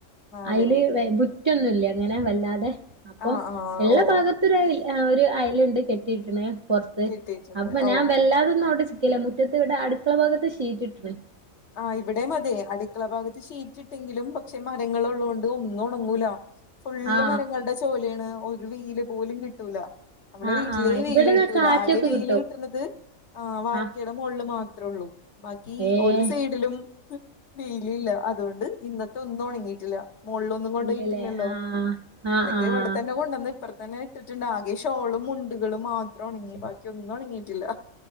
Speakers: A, on the left; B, on the right.
A: നാല്
B: അയ്ല്
A: വീട്
B: വെ മുറ്റൊന്നുംല്ല ഇങ്ങനെ വല്ലാതെ. അപ്പൊ
A: ആ ആ
B: എല്ലാ
A: ഓ
B: ഭാഗത്തുരായി ഒരു അയല്ണ്ട് കെട്ടിയിട്ട്ണ്. പൊറത്ത്
A: കിട്ടിയിട്ടുണ്ട്
B: അപ്പൊ ഞാൻ
A: ഓ
B: വല്ലാതൊന്നും അവിടെ ചിക്കല്ല മുറ്റത്ത് ഇവിടെ അടുക്കള ഭാഗത്ത് ഷീറ്റ്ട്ട്ണ്.
A: ആഹ് ഇവിടെയും അതേ അടുക്കള ഭാഗത്ത് ശീ റ്റ്ട്ടെങ്കിലും പക്ഷെ മരങ്ങൾ ഉള്ളോണ്ട് ഒന്നും ഒണങ്ങൂലാ ഫുള്ള്
B: ആ
A: മരങ്ങൾടെ ചു റ്റോലിയാണ് ഒരു വെയ്ല് പോലും കിട്ടൂല. നമ്മളെ
B: ആ
A: വീട്ടിലേ
B: ആ
A: വെയില്
B: ഇവിടെന്നാ
A: കിട്ടൂല
B: കാറ്റൊക്കെ
A: ആകെ വെയില്
B: കിട്ടും
A: കിട്ട്ണത്. ആഹ് വാർക്കയുടെ
B: ആ
A: മോൾള് മാത്രെ ഒള്ളൂ ബാക്കി
B: ഏഹ്
A: ഒര് വീട്ടിലും വെയ്ലില്ല അത്കൊണ്ട് ഇന്നത്തെ ഒന്നും ഒണങ്ങീട്ടില്ല. മോൾളൊന്നും കൊണ്ടോയി
B: ഇല്ലല്ലേ
A: ഇട്ടില്ലല്ലോ
B: ആഹ് ആഹ്
A: എന്നിട്ട്
B: ആഹ്
A: ഇവടെ തന്നെ കൊണ്ടെന്ന് ഇപ്പർത്തെന്നെ. ഇട്ട്ട്ട്ണ്ട് ആകെ ഷോളും മുണ്ട്കളും മാത്രം ഒണങ്ങി ബാക്കി ഒന്നും ഒണങ്ങിയിട്ടില്ല.